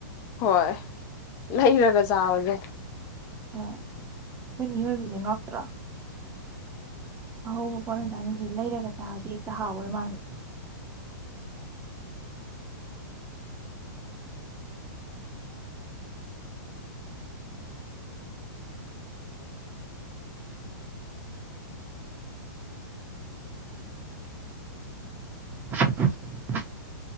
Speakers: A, on the left; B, on the right.
A: ꯍꯣꯏ ꯂꯩꯔꯒ ꯆꯥꯕꯖꯦ
B: ꯍꯣꯏ ꯑꯩꯈꯣꯏ ꯃꯤꯑꯣꯏꯕꯁꯦ ꯉꯥꯛꯇ꯭ꯔꯣ ꯑꯍꯧꯕ ꯄꯣꯠꯂꯝ ꯆꯥꯅꯤꯡꯗꯦ ꯂꯩꯔꯒ ꯇꯥꯔꯗꯤ ꯍꯦꯛꯇ ꯍꯥꯎꯋꯦ ꯃꯥꯟꯕ <inaudible>